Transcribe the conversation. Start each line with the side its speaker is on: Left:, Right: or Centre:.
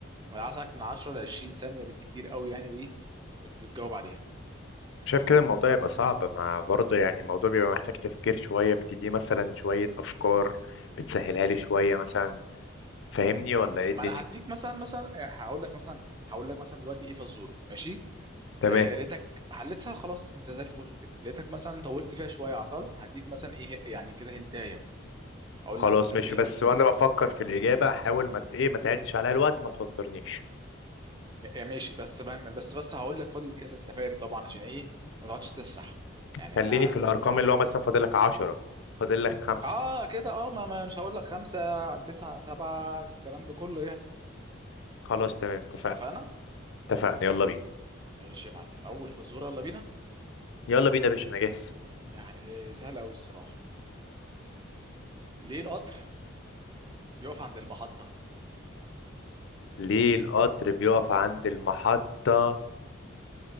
Right: انا عايزك من 10 ل 20 ثانيه بالكتير قوي يعني وايه وت- وتجاوب عليها
Left: شايف كده الموضوع يبقى صعب مع برضه يعني الموضوع بيبقى محتاج تفكير شوية بتدي مثلا شوية أفكار بتسهلها لي شوية مثلا فاهمني ولا إيه الدنيا
Right: ما انا هديك مثلا مثلا آه، هقول لك مثلا هقول لك مثلا دلوقتي ايه فزوره ماشي
Left: تمام
Right: آه لقيتك حلتها خلاص انت زي الفل كده لقيتك مثلا طولت فيها شويه عطلت هديك مثلا ايه يعني كده هنتايه هقول
Left: خلاص
Right: لك مثلا
Left: ماشي
Right: ايه
Left: بس وأنا بفكر في الإجابة حاول ما ت- إيه ما تعدش عليا الوقت ما توترنيش
Right: م- آه، ماشي بس بقى- بس بس هقول لك فاضل كذا انت فاهم طبعا عشان ايه ما تقعدش تسرح يعني
Left: خليني
Right: ما
Left: في الأرقام اللي هو مثلا فاضلك عشرة فاضلك خمسة
Right: اه كده اه ما ما- مش هقول لك خمسة تسعة سبعة الكلام ده كله يعني
Left: خلاص تمام اتفقنا
Right: اتفقنا
Left: اتفقنا يلا بينا
Right: ماشي يا معلم اول فزوره يلا بينا
Left: يلا بينا يا باشا انا جاهز
Right: يعني سهله قوي الصراحه ليه القطر بيقف عند المحطه
Left: ليه القطر بيقف عند المحطة